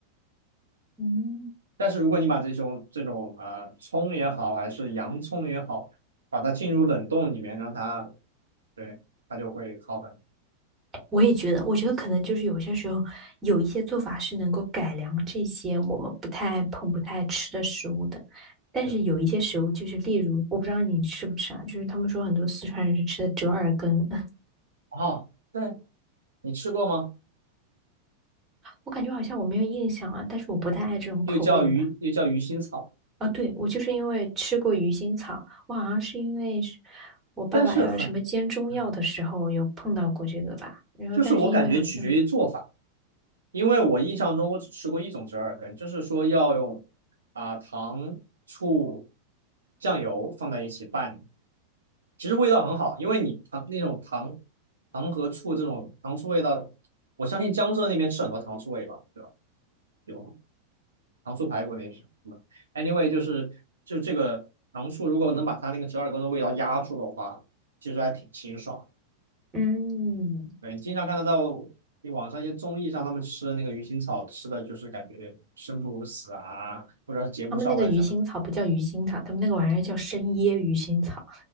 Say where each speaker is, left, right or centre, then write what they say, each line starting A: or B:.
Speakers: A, on the right; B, on the right.
A: 嗯，
B: 但是如果你把这种这种呃葱也好，还是洋葱也好，把它进入冷冻里面，让它对它就会好很
A: 我也觉得，我觉得可能就是有些时候有一些做法是能够改良这些我们不太爱碰、不太爱吃的食物的，但是有一些食物就是例如，
B: 多。是
A: 我不知道你吃不吃啊，就是他们说很多四川人是吃的折耳根。<laughs>
B: 哦，对，你吃过吗？
A: 我感觉好像我没有印象啊，但是我不太爱这种口味的吧。
B: 又叫鱼，又叫鱼腥草，
A: 哦，对，我就是因为吃过鱼腥草，我好像是因为是我爸爸要什么煎中药的时候有碰到过这个吧。
B: 但是很，嗯，
A: 然后，
B: 就是我感觉取决于做法，
A: 但是因为好像，
B: 因为我印象中我只吃过一种折耳根，就是说要用啊、糖、醋、酱油放在一起拌，其实味道很好，因为你糖那种糖糖和醋这种糖醋味道，我相信江浙那边吃很多糖醋味吧，对吧？有糖醋排骨那些。嗯 Anyway，就是就这个糖醋，如果能把它那个折耳根的味道压住的话，其实还挺清爽。
A: 嗯，
B: 对，你经常看得到你网上一些综艺上他们吃那个鱼腥草，吃的就是感觉生不如死啊，不知道是节目效果还是什么
A: 他们那个鱼腥草不叫鱼腥草，他们那个玩意儿叫生椰鱼腥草。